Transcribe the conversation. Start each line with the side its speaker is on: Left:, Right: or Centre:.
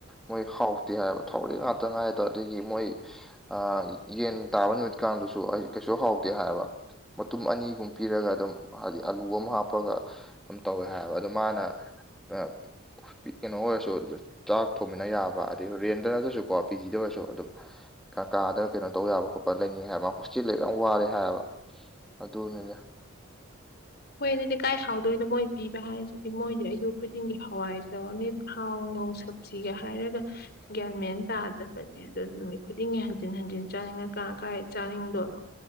Centre: ꯃꯣꯏ ꯍꯥꯎꯇꯦ ꯍꯥꯏꯕ ꯊꯥꯎꯔꯦꯛ ꯉꯥꯛꯇ ꯉꯥꯏꯗ ꯑꯗꯒꯤ ꯃꯣꯏ ꯑꯥ ꯌꯦꯟ ꯇꯥꯕ ꯅꯨꯃꯤꯠꯀꯥꯡꯗꯨꯁꯨ ꯑꯩ ꯀꯩꯁꯨ ꯍꯥꯎꯇꯦ ꯍꯥꯏꯕ ꯃꯇꯨꯝ ꯑꯅꯤꯒꯨꯝ ꯄꯤꯔꯒ ꯑꯗꯨꯝ ꯍꯥꯏꯗꯤ ꯑꯂꯨ ꯑꯃ ꯍꯥꯞꯄꯒ ꯑꯗꯨꯝ ꯇꯧꯋꯦ ꯍꯥꯏꯕ ꯑꯗꯣ ꯃꯥꯅ ꯑꯥ <unintelligible> ꯀꯩꯅꯣ ꯑꯣꯏꯔꯁꯨ ꯆꯥꯛ ꯊꯣꯡꯃꯤꯟꯅ ꯌꯥꯕ ꯑꯗꯩ ꯔꯦꯟꯗ ꯅꯠꯇ꯭ꯔꯁꯨꯀꯣ ꯄꯤ ꯖꯤ ꯗ ꯑꯣꯏꯔꯁꯨ ꯑꯗꯨꯝ ꯈꯔ ꯀꯥꯗꯒ ꯀꯩꯅꯣ ꯇꯧ ꯌꯥꯕ ꯈꯣꯠꯄ ꯂꯩꯅꯤꯡꯉꯦ ꯍꯥꯏꯕ ꯍꯣꯁꯇꯦꯜ ꯂꯩꯕ ꯌꯥꯝ ꯋꯥꯔꯦ ꯍꯥꯏꯕ ꯑꯗꯨꯅꯤꯗ
Left: ꯍꯣꯏ ꯑꯗꯨꯗꯤ ꯀꯥꯏ ꯍꯥꯎꯗꯣꯏꯅꯣ ꯃꯣꯏ ꯄꯤꯕ ꯍꯥꯏꯁꯤꯗꯤ ꯃꯣꯏꯗꯤ ꯑꯌꯨꯛ ꯈꯨꯗꯤꯡꯒꯤ ꯍꯋꯥꯏ ꯇꯧꯔꯅꯤ ꯊꯥꯎ ꯅꯨꯡ ꯁꯕꯖꯤꯒ ꯍꯥꯏꯔꯒ ꯒ꯭ꯌꯥꯟ ꯃꯦꯟ ꯇꯥꯗꯕꯅꯤ <unintelligible> ꯅꯨꯃꯤꯠ ꯈꯨꯗꯤꯡꯒꯤ ꯍꯟꯖꯤꯟ ꯍꯟꯖꯤꯟ ꯆꯥꯅꯤꯡꯉ ꯀꯥ ꯀꯥꯏ ꯆꯥꯅꯤꯡꯗꯣꯅꯣ